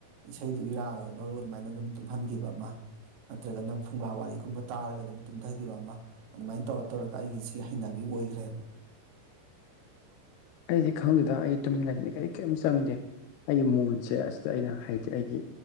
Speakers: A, on the right; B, on the left.
A: ꯏꯁꯩꯗꯨꯒꯤ ꯔꯥꯒꯗ ꯂꯧꯔꯒ ꯑꯗꯨꯃꯥꯏꯅ ꯑꯗꯨꯝ ꯇꯨꯝꯍꯟꯈꯤꯕ ꯑꯃ ꯅꯠꯇ꯭ꯔꯒꯅ ꯐꯨꯡꯒꯥ ꯋꯥꯔꯤꯒꯨꯝꯕ ꯇꯥꯔꯒ ꯑꯗꯨꯝ ꯇꯨꯝꯊꯈꯤꯕ ꯑꯃ ꯑꯗꯨꯃꯥꯏꯅ ꯇꯧꯔ ꯇꯧꯔꯒ ꯑꯩꯒꯤꯁꯤ ꯍꯩꯅꯕꯤ ꯑꯣꯏꯈ꯭ꯔꯦꯕ
B: ꯑꯩꯗꯤ ꯈꯪꯗꯦꯗ ꯑꯩ ꯇꯨꯝꯅꯤꯡꯉꯗꯤ ꯀꯔꯤ ꯀꯦꯝ ꯆꯪꯗꯦ ꯑꯩꯒꯤ ꯃꯣꯟꯁꯦ ꯑꯁꯤꯗ ꯑꯩꯅ ꯍꯩꯗꯤ ꯑꯩꯒꯤ